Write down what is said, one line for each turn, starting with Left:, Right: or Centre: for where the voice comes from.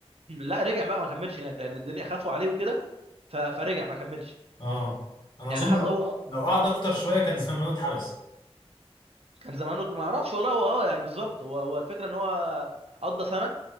Right: لا رجع بقى ما كملش هناك لان الدنيا خافوا عليه وكده ف- فرجع ما كملش
Left: اه انا
Right: يعني
Left: اظن
Right: حتى
Left: لو
Right: هو قضى
Left: لو قعد اكتر شويه كان زمانه اتحبس
Right: كان زمانه ما اعرفش والله هو اه يعني بالظبط هو هو الفكره ان هو قضى سنه